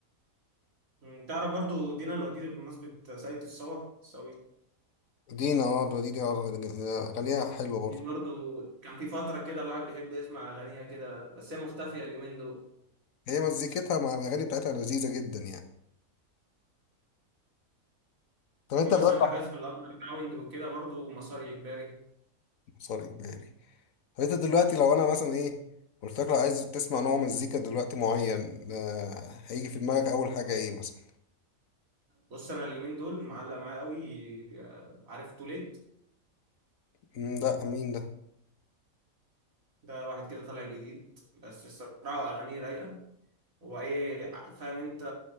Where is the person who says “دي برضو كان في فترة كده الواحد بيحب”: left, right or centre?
Right